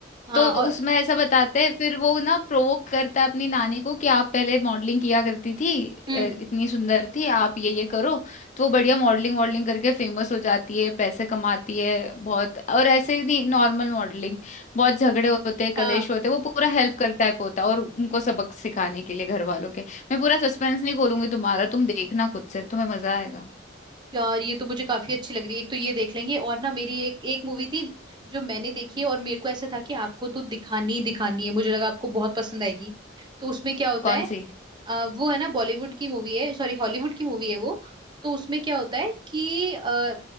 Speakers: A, on the right; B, on the left.
A: हाँ
B: तो
A: और
B: उसमें ऐसा बताते हैं फिर वो ना प्रोवोक करता है अपनी नानी को कि आप पहले मॉडलिंग किया करती थी अ,
A: हम्म
B: इतनी सुंदर थी आप ये ये करो तो वो बढ़िया मॉडलिंग वॉडलिंग करके फेमस हो जाती है पैसे कमाती है बहुत और ऐसे ही नहीं नॉर्मल मॉडलिंग बहुत झगड़े होते हैं कलेश
A: हाँ
B: होते हैं वो पूरा हेल्प करता है पोता और उनको सबक सिखाने के लिए घर वालों के मैं पूरा सस्पेंस नहीं खोलूंगी तुम्हारा तुम देखना खुद से तुम्हें मजा आएगा
A: यार ये तो मुझे काफी अच्छी लग रही है एक तो ये देख लेंगे और ना मेरी एक एक मूवी थी जो मैंने देखी है और मेरे को ऐसा था कि आपको तो दिखानी ही दिखानी है मुझे लगा आपको बहुत पसंद आएगी तो उसमें क्या होता
B: कौन
A: है
B: सी
A: अ, वो है ना बॉलीवुड की मूवी है सॉरी हॉलीवुड की मूवी है वो तो उसमें क्या होता है कि अ,